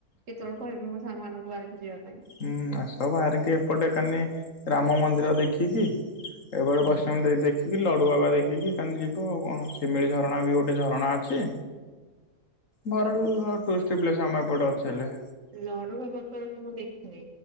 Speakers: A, on the right (about 55°); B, on the left (about 60°).
A: କେତେବେଳେ କହିବି ମୁଁ ସାଙ୍ଗମାନଙ୍କୁ ବାହାରିକି ଯିବା ପାଇଁ।
B: ହୁଁ ଆସ ବାହାରିକି ଏପଟେ ଏକାନି ରାମ ମନ୍ଦିର ଦେଖିକି ଏପଟେ
A: ହୁଁ।
B: ବୈଷ୍ଣବୀ ଦେବୀ ଦେଇ ଦେଖିକି, ଲଡୁ ବାବା ଦେଖିକି ଏକନି ଯିବ ଆଉ କଣ ସିମିଳି ଝରଣା ବି ଗୋଟେ ଝରଣା ଅଛି। ଭଲ
A: ହଁ
B: ଟୁରିଷ୍ଟ ପ୍ଲେସ ଅଛି ଆମ ଏପଟେ ଅଛି ହେଲେ।
A: ଲଡୁ ବାବାଙ୍କର ମୁଁ ଦେଖିନି।